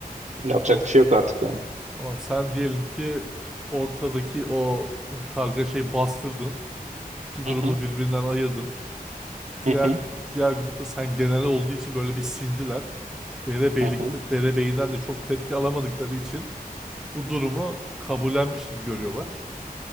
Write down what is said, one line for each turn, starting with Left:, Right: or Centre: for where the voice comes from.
Right: Yapacak
Centre: Tamam.
Right: bir şey yok artık yani.
Centre: Tamam. Sen diyelim ki ortadaki o kargaşayı bastırdın. İki grubu
Right: Hı hı.
Centre: birbirinden ayırdın.
Right: Hı
Centre: Diğer
Right: hı.
Centre: diğer grupta sen genel olduğu için böyle bir sindiler. Derebeylikte,
Right: Hı hı.
Centre: derebeyinden de çok tepki alamadıkları için bu durumu kabullenmiş gibi görüyorlar.